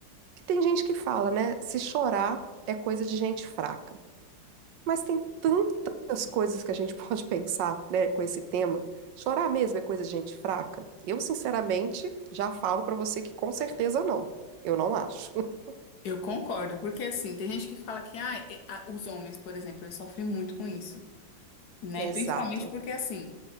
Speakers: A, on the right; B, on the left.
A: que tem gente que fala, né? Se chorar é coisa de gente fraca. Mas tem tantas coisas que a gente <laughs> pode pensar, né, com esse tema. Chorar mesmo é coisa de gente fraca? Eu, sinceramente, já falo pra você que com certeza não. Eu não acho. <laughs>
B: Eu concordo, porque assim, tem gente que fala que ah, os homens, por exemplo, eles sofrem muito com isso, né?
A: Exato.
B: Principalmente porque, assim,